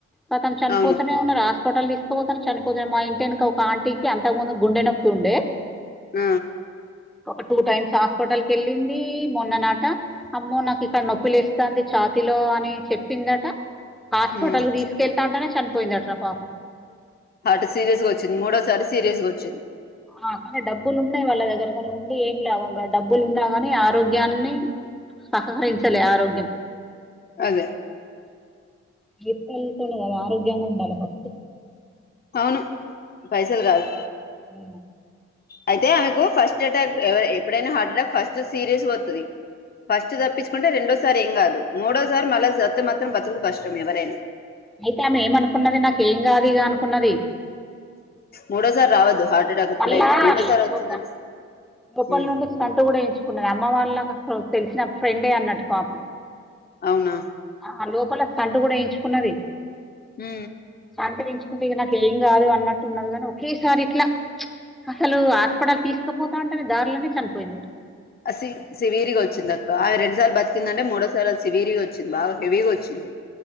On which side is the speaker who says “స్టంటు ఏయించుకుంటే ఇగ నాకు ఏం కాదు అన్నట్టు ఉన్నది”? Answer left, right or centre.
Centre